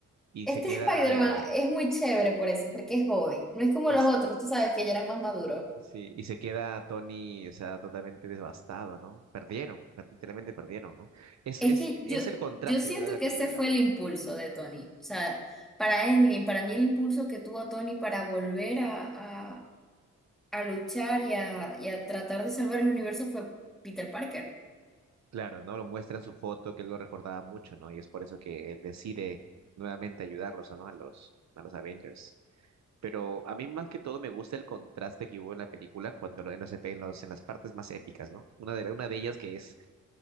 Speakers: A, on the right (about 60°); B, in the centre.
A: y
B: Este
A: se queda,
B: Spider-Man
A: eh,
B: es muy chévere por eso, porque es joven. No es como
A: y,
B: los otros, tú sabes que ya eran más maduros.
A: Sí, y se queda Tony, o sea, totalmente devastado, ¿no? Perdieron, per- literalmente perdieron, ¿no? Es,
B: Es
A: es,
B: que
A: es
B: yo,
A: el contraste,
B: yo siento
A: yo creo, de la
B: que
A: película.
B: ese fue el impulso de Tony. O sea, para Endgame, para mí el impulso que tuvo Tony para volver a, a- a luchar y a, y a tratar de salvar el universo fue Peter Parker.
A: Claro, ¿no? Lo muestra en su foto, que él lo recordaba mucho, ¿no? Y es por eso que él decide nuevamente ayudarlos, ¿no? A los, a los Avengers. Pero a mí más que todo me gusta el contraste que hubo en la película cuando lo- en los, efe- en los- en las partes más épicas, ¿no? Una de, la- una de ellas que es,